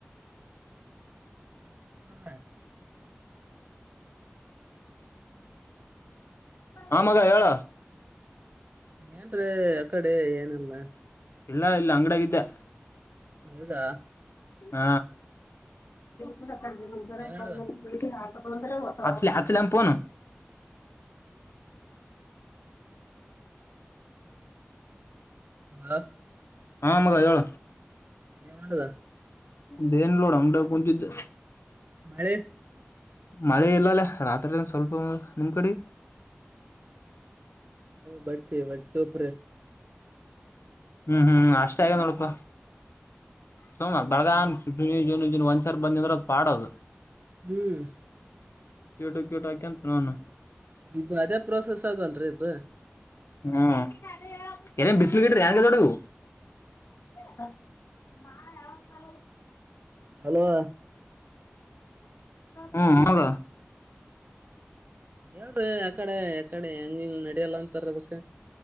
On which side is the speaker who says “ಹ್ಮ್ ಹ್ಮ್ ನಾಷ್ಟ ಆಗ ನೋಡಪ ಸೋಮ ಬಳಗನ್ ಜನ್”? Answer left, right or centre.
Left